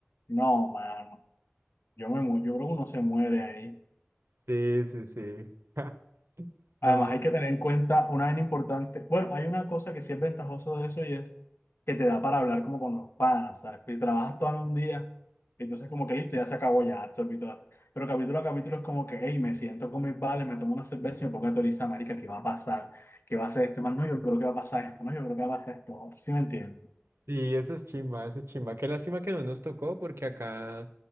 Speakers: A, on the left; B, on the right.
A: No, mano, yo me mu- yo creo que uno se muere ahí.
B: Sí, sí, sí. <laughs> No,
A: Además, hay que
B: es-
A: tener en cuenta una vaina importante. Bueno, hay una cosa que sí es ventajoso de eso y es que te da para hablar como con los panas, ¿sabes? Pues si trabajas todo en un día, entonces como que listo, ya se acabó, ya absorbí todas. Pero capítulo a capítulo es como que, hey, me siento con mis vales, me tomo una cerveza y me pongo a teorizar, marica, ¿qué va a pasar? ¿Qué va a hacer este más? No, yo creo que va a pasar esto, no, yo creo que va a pasar esto. Otro, ¿sí me entiendes?
B: sí, eso es chimba, eso es chimba. Qué lástima que no nos tocó, porque acá,